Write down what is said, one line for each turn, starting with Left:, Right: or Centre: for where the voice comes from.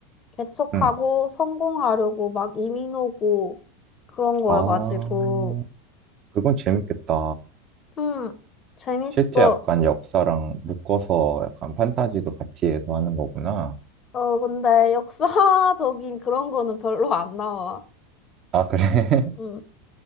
Left: 개척하고
Right: 음.
Left: 성공하려고 막 이민 오고 그런 거여가지고
Right: 아, 그건 재밌겠다.
Left: 음 재밌어.
Right: 실제 약간 역사랑 묶어서 약간 판타지도 같이 해서 하는 거구나.
Left: 어 근데 역사적인 그런 거는 별로 안 나와.
Right: 아, 그래?
Left: 음,